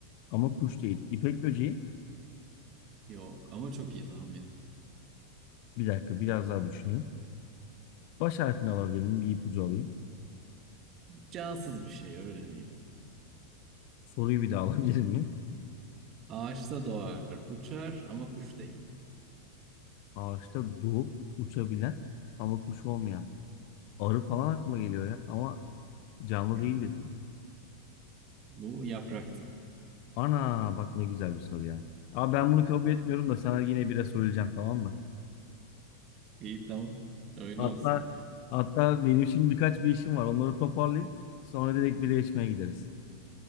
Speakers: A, on the left (about 45°); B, on the right (about 30°).
A: ama kuş değil. İpek böceği.
B: Yok ama çok iyi tahmin.
A: Bir dakika biraz daha düşüneyim. Baş harfini alabilir miyim? Bir ipucu alayım.
B: Cansız bir şey öyle diyeyim.
A: Soruyu bir daha <laughs> alabilir miyim?
B: Ağaçta doğar, uçar ama kuş değil.
A: Ağaçta doğup uçabilen ama kuş olmayan. Arı falan aklıma geliyor ya. Ama canlı
B: Yok.
A: değil dedim.
B: Bu yapraktı.
A: Ana bak ne güzel bir soru ya. Abi ben bunu kabul etmiyorum da sana yine bire söyleyeceğim tamam mı?
B: İyi tamam. Öyle
A: Hatta
B: olsun.
A: hatta benim şimdi birkaç bir işim var. Onları toparlayayım. Sonra direkt bire içmeye gideriz.